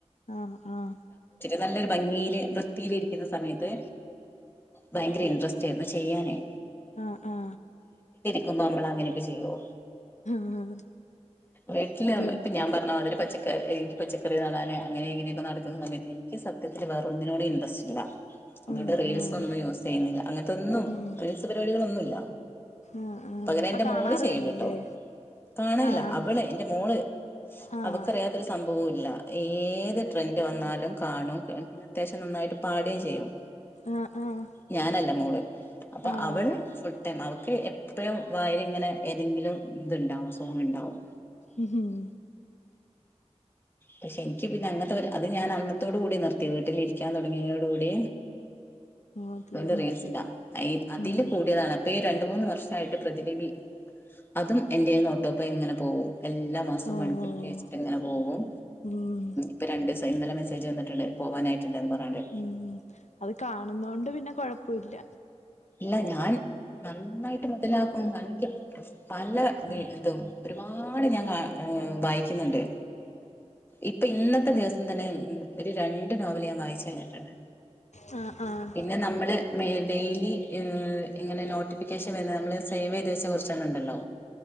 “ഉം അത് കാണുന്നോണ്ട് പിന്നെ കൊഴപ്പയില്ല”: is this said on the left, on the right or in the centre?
Left